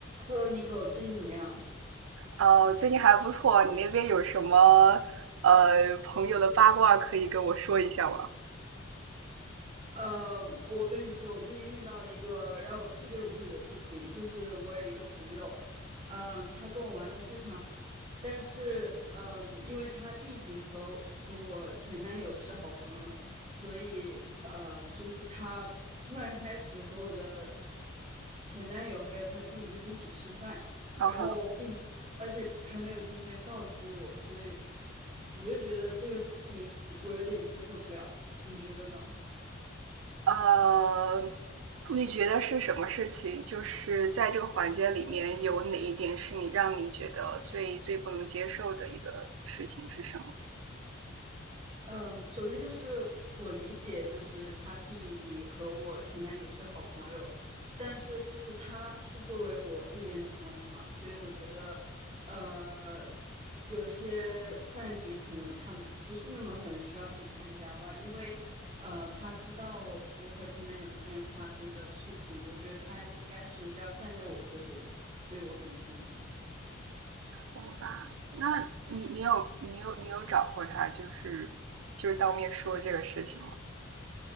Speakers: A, on the right; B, on the right.
A: Hello，Nico，最近怎么样？
B: 哦，最近还不错。你那边有什么呃朋友的八卦可以跟我说一下吗？
A: 呃，我跟你说，我最近遇到了一个让我特别无语的事情，就是我有一个朋友，嗯，他跟我玩的非常好，但是，嗯，因为他弟弟和和我前男友是好朋友，所以，呃，就是他突然开始和我的前男友还有他弟就是一起吃饭，
B: 嗯哼，
A: 然后，并且，而且还没有提前告知我，所以我就觉得这个事情我有点接受不了，你觉得呢？
B: 呃，你觉得是什么事情？就是在这个环节里面，有哪一点是你让你觉得最最不能接受的一个事情是什么？
A: 嗯，首先就是我理解，就是她弟弟和我前男友是好朋友，但是就是他是作为我这边的朋友嘛，所以我觉得，呃，有一些饭局可能他不是那么很需要去参加吧，因为呃，他知道我和前男友之间发生的事情，我觉得他应该是要站在我这边的，所以我很生气。
B: 好吧，那你你有你有你有找过他，就是就是当面说这个事情吗？